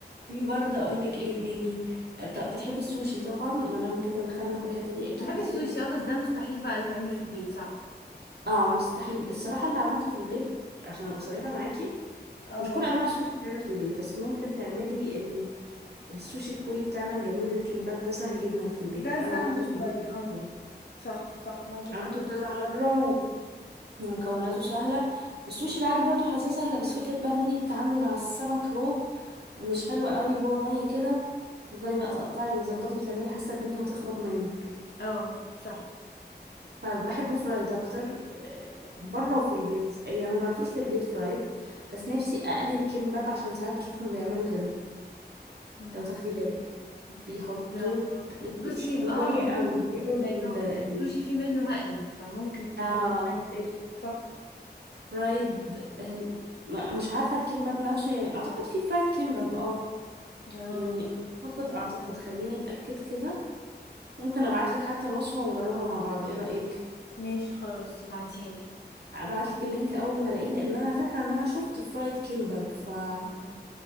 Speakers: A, on the right; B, on the left.
A: في برضه أقول لك إيه هاني آه، طب بتحبي السوشي طبعا ما دام كده دخلنا في الحتة دي أكيد
B: بحب
A: بتحبي
B: السوشي
A: السوشي
B: اه بس ده مستحيل بقى يتعمل في البيت صعب
A: اه مستحيل الصراحة اللي عملته في البيت عشان ابقى صريحة معاكي
B: اه
A: مش كل انواع السوشي بتتعمل في البيت بس ممكن تعملي ال... السوشي الكوري بتاعنا الجميل الكمباب ده سهل جدا في البيت
B: ده سهل
A: انا عملته في
B: شوية
A: البيت قبل
B: اه
A: كده
B: صح صح معاكي
A: عملته
B: حق
A: كذا مره و... ومكوناته سهله السوشي العادي برضو حاساه سهله بس فكره بقى ان انتي تتعاملي مع السمك رو مش حلوه قوي وهو ني كده تفضلي بقى تقطعي وتظبطي وتعملي حاسه الدنيا هتخرب منك
B: اه صح
A: فبحبه فرايد اكتر آه، بره وفي البيت يعني ما جربتوش في البيت فرايد بس نفسي اقلي الكمباب عشان ساعات بشوفهم بيعملوا كده
B: مم.
A: لو تاخدي بالك بيحطوه
B: لا ما بصي
A: مش في كوريا
B: اه ممكن
A: قوي بيقلوا
B: لانه
A: ال ال-
B: السوشي في منه مقلي فممكن كان
A: آه
B: بقى يعني تقلي صح
A: فرايد آه م- مش عارفة الكيمباب نفسه يعني أعتقد في فرايد كيمباب اه
B: اه
A: يعني أعتقد أعتقد خليني أتأكد كده ممكن أبعتلك حتى الوصفة ونجربها مع بعض إيه رأيك؟
B: ماشي خلاص ابعتيها لي
A: هبعتلك اللينك أول ما ألاقيه لأن أنا فاكرة إن أنا شفت فرايد كيمباب فهلاقيها
B: مم.